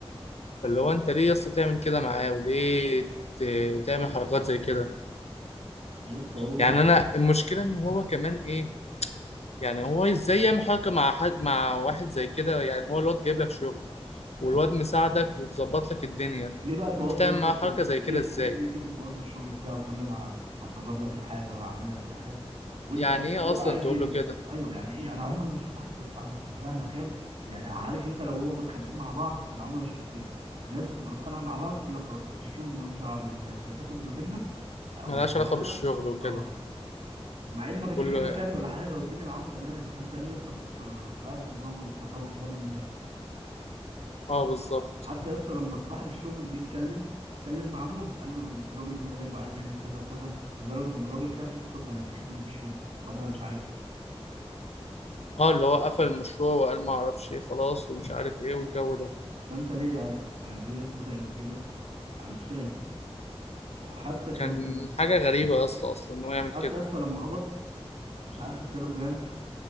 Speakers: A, on the left; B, on the right.
A: فاللي هو انت ليه يا اسطى تعمل كده معاه وليه ت- تعمل حركات زي كده
B: يا اسطى هو
A: يعني انا المشكله ان هو كمان ايه يعني هو ازاي يعمل حركه مع حد مع واحد زي كده يعني هو الواد جايب لك شغل والواد مساعدك ومظبط لك الدنيا
B: ليه بقى تبوظ
A: انت تعمل
B: له انت
A: معاه
B: الشغل
A: حركه زي كده
B: ليه
A: ازاي
B: ليه ليه تيجي تبوظ له الشغل بتاعه وتقول له انا ه- هسرب لك الحاجه وهعمل لك الحاجه وانت
A: يعني ايه
B: طب هو
A: اصلا
B: عايز
A: تقول
B: ايه يا
A: له
B: اسطى
A: كده
B: ايوه يعني ايه انا عمري ما شفت حد يا اسطى عمل كده مهما كان يعني عارف انت لو هو متخانقين مع بعض انا عمري ما شفت كده الناس بتبقى متخانقه مع بعض تقول لك خلاص اصل الشغل ملوش دعوه بالخلافات اللي ما بيننا او
A: ملهاش
B: بحاجه
A: علاقه بالشغل وكده
B: اه مع ان ما كانش
A: تقول
B: فيه
A: له
B: خلافات
A: إيه؟
B: ولا حاجه والدنيا معاهم تمام فانت ليه يا اسطى تاثر رقبه الراجل وتصغره قدام الناس
A: اه بالظبط
B: حتى يا اسطى لما صاحب الشغل جه يتكلم اتكلم مع موري قال له الراجل اللي انت جايبه عايز يعمل كذا وكذا لدرجه ان الراجل خاف يا اسطى وكان هينسحب من المشروع وقال انا مش عايزه
A: اه اللي هو قفل المشروع وقال ما اعرفش ايه خلاص ومش عارف ايه والجو ده
B: فانت ليه يا الفا يعني ليه يا اسطى تعمل كده انا مش فاهم وحتى كان
A: كان حاجه غريبه يا اسطى اصلا ان هو يعمل
B: حتى
A: كده
B: يا اسطى لما قبض مش عارف اداله كام